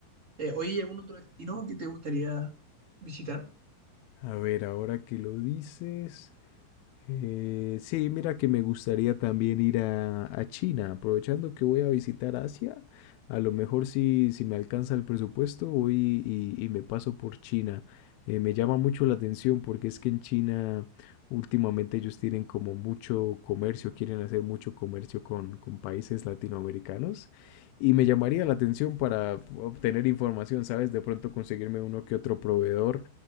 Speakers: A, on the right; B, on the left.
A: Eh, ¿hoy hay algún otro destino que te gustaría visitar?
B: A ver, ahora que lo dices, Eh, sí, mira que me gustaría también ir a, a China, aprovechando que voy a visitar Asia, a lo mejor si, si me alcanza el presupuesto voy y, y- y me paso por China. Eh, me llama mucho la atención porque es que en China últimamente ellos tienen como mucho comercio, quieren hacer mucho comercio con, con países latinoamericanos y me llamaría la atención para obtener información, ¿sabes? De pronto conseguirme uno que otro proveedor